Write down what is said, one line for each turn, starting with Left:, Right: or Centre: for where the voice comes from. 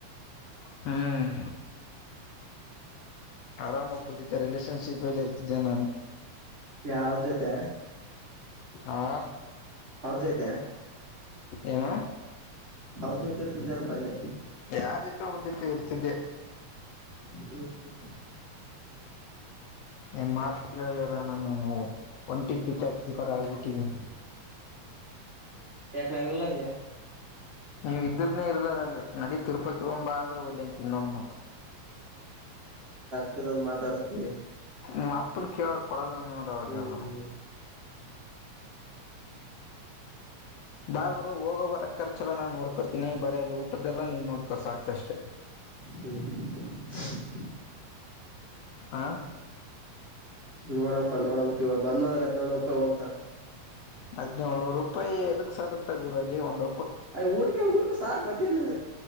Left: ಹ್ಮ್ ಆರಾಮ ಒಬ್ಬರು ಜೊತೆ ರಿಲೇಷನ್ಶಿಪ್ ಅಲ್ಲಿ ಇರ್ತಿದ್ದೆ ನಾನು
Right: ಯಾರ್ ಜೊತೆ
Left: ಹಾ
Right: ಅವ್ರ ಜೊತೆ
Left: ಏನು
Right: ಅವ್ರ ಜೊತೆ ಇರ್ತಿದೇನಪ್ಪ ಅಂದೇ
Left: ಯಾರ್ ಜೊತೆ ಒಬ್ಬರು ಜೊತೆ ಇರ್ತಿದ್ದೆ
Right: ಹ್ಮ್ ಹ್ಮ್
Left: ನೀನ್ ಮಾತು ಕೇಳಿದಿದ್ರೆ ನಾನು ಒಂಟಿ ಪಿಚಾತಿ ತರ ಆಗ್ಬಿಟ್ಟೆ ಹ್ಮ್
Right: ಯಾಕ್ ನಾವು ಇಲ್ಲ ಅಂದ್ಯಾ
Left: ನೀವ್ ಇದ್ರನೆೇ ಇರ್ಲಾರಂಗ ನೆಡಿ ತಿರುಪತಿಗೆ ಹೋಗೋಣ ಬಾ ಅಂದ್ರೆ ಒಲ್ಲೆ ಅಂತೀಯಾ ನೋಡು ಮತ್ತೆ
Right: <inaudible> ದ ಮಾತಾಡ್ತೆ
Left: ನಿಮ್ಮ ಅಪ್ಪನ್ ಕೇಳಕ್ ಕೊಡಲ್ಲ ಅಂದಂದ್ರೆ ಅವಾಗ
Right: ಹ್ಮ್
Left: ಹೇಳ್ದಣ
Right: <inaudible>
Left: ಬಾ ಗುರು ಹೋಗೋವರ ಖರ್ಚೆಲ್ಲ ನಾನ್ ನೋಡ್ಕೋತೀನಿ ಬರೇ ಅ ಊಟದ್ದೆಲ್ಲಾ ನೀನ್ ನೋಡ್ಕೋ ಸಾಕುಷ್ಟೆ.
Right: ಹ್ಮ್ <inaudible>
Left: ಹಾ
Right: ನೋಡಪ ನೋಡಮ ಕ ಇವ ಬಂದ್ರ ಹದಿನೇಳಳ್ನೂರು ರೂಪಾಯಿ ಹೋಗಂತ.
Left: ಹದ್ನೇಳನೂರು ರೂಪಾಯಿ ಎದಕ್ ಸಾಲುತ್ತೆ ಗುರಲ್ಲಿ ಒಂದು
Right: ಅ ಊಟಕ ಊಟಕ ಶಕ ಮತ್ತೇನು.